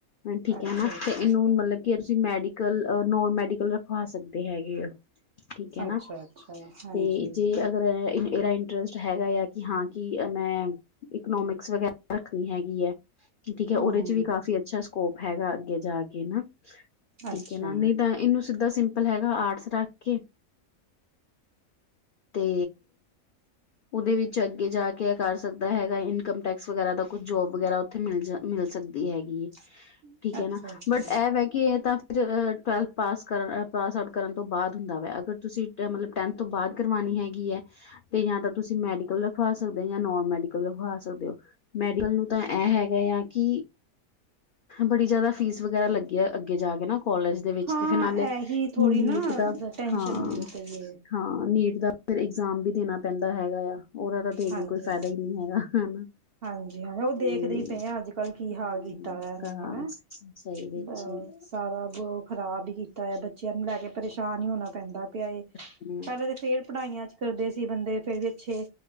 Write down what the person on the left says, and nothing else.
ਠੀਕ
ਹੈ ਨਾ,
ਤੇ ਇਹਨੂੰ ਮਤਲਬ ਕਿ ਤੁਸੀਂ ਮੈਡੀਕਲ ਨੋਨ ਮੈਡੀਕਲ ਰ ਪਾ ਸਕਦੇ ਹੈਗੇ ਆਂ, ਠੀਕ ਹੈ ਨਾ,
ਤੇ ਜੇ ਅਗਰ ਇਹਦਾ ਇੰਟਰਸਟ ਹੈਗਾ ਆ ਕਿ ਹਾਂ, ਕਿ ਮੈ ਇਕਨੋਮਿਕਸ ਵਗੈਰਾ ਰੱਖਣੀ ਹੈਗੀ ਹੈ। ਠੀਕ ਹੈ,
ਉਹਦੇ ਚ ਵੀ, ਕਾਫੀ ਅੱਛਾ ਸਕੋਪ ਹੈਗਾ ਅੱਗੇ ਜਾ ਕੇ ਨਾ, ਠੀਕ
ਹੈ ਨਾ, ਨਹੀਂ ਤਾਂ ਇਹਨੂੰ ਸਿੱਧਾ ਸਿੰਪਲ ਹੈਗਾ ਆਰਟਸ ਰੱਖ ਕੇ ਤੇ ਉਹਦੇ ਵਿੱਚ ਅੱਗੇ ਜਾਂ, ਕੇ ਇਹ ਕਰ ਸਕਦਾ ਹੈਗਾ ਇਨਕਮ ਟੈਕਸ ਵਗੈਰਾ ਦਾ ਕੁਝ ਜੋਬ ਵਗੈਰਾ ਉੱਥੇ ਮਿਲ ਜਾ ਮਿਲ ਸਕਦੀ ਹੈਗੀ ਏ।
ਠੀਕ ਹੈ, ਨਾ
ਬਟ ਇਹ ਵੈ ਕੀ, ਏਤਾਂ ਫਿਰ ਟਵੈਲਥ ਪਾਸ ਕਰਨ ਪਾਸ ਆਊਟ ਕਰਨ ਤੋਂ ਬਾਅਦ ਹੁੰਦਾ ਵੇ, ਅਗਰ ਤੁਸੀਂ ਮਤਲਬ ਟੈਂਥ ਤੋਂ ਬਾਅਦ ਕਰਵਾਣੀ ਹੈਗੀ ਹੈ। ਤੇ ਯਾ ਤਾਂ ਤੁਸੀਂ ਮੈਡੀਕਲ ਰਖਵਾ ਸਕਦੇ ਹੋ, ਯਾ ਨੋਨ ਮੈਡੀਕਲ ਰਖਵਾ ਸਕਦੇ ਹੋ। ਮੈਡੀਕਲ ਨੂੰ ਤਾਂ, ਐਹ ਹੈਗਾ ਆ ਕਿ ਬੜੀ ਜਿਆਦਾ ਫੀਸ ਵਗੈਰਾ ਲੱਗਦੀ ਹੈ, ਅੱਗੇ ਜਾ ਕੇ ਨਾ ਕੋਲਜ ਦੇ ਵਿੱਚ
ਤੇ ਤੇ ਨਾਲੇ
ਨੀਟ
ਦਾ
ਹਾਂ।
ਹਾਂ, ਨੀਟ ਦਾ ਫਿਰ ਇਗਜ਼ਾਮ ਵੀ ਦੇਣਾ ਪੈਂਦਾ ਹੈਗਾ ਆ। ਉਹਦਾ ਤਾ ਦੇ
ਕੇ ਕੋਈ ਫਾਇਦਾ ਹੀ, ਨਹੀਂ ਹੈਗਾ ਹਨਾ।
ਹੂੰ।
ਹੂੰ,
ਤਾਂ
ਸਹੀ ਵਿੱਚ
ਹੂੰ।
ਹੂੰ,